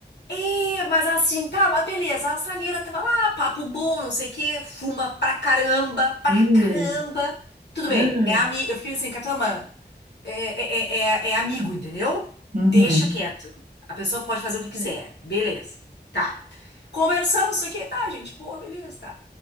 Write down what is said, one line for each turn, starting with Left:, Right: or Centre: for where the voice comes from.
Left: É, mas assim, tá, mas beleza, a australiana tava lá, papo bom, não sei o quê, fuma pra caramba, pra
Right: Hum,
Left: caramba. Tudo bem,
Right: hum.
Left: é amigo. Eu fiquei assim, Catama, é, é, é, é- é amigo, entendeu?
Right: Uhum.
Left: Deixa quieto. A pessoa pode fazer o que quiser, beleza, tá. Conversamos, não sei o quê, tá, gente, pô, beleza, tá.